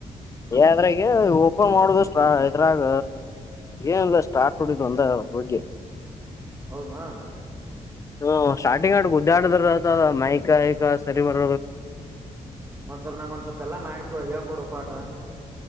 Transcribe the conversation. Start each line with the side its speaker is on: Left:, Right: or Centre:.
Left: ಅದ್ರಾಗ ಓಪನ್ ಮಾಡುದು ಸ್ಟ ಇದ್ರಾಗ ಏನ್ ಸ್ಟಾರ್ಟ್ ಒಡಿದ ಒಂದ ಓಕೆ
Right: ಹೌದ್ನಾ.
Left: ಹ ಸ್ಟಾರ್ಟಿಂಗ್ ಆ ಉುದ್ದಾಡಿದ್ರ ಅತದ ಮೈಕಕ ಸರಿ ಬ
Right: ಒಂದ್ ಸ್ವಲ್ಪ ನಂಗ್ ಸ್ವಲ್ಪ ಎಲ್ಲಾ ಮಾಡ್ಕೊಡು ಹೇಳ್ಕೊಡು ಪಾಠ.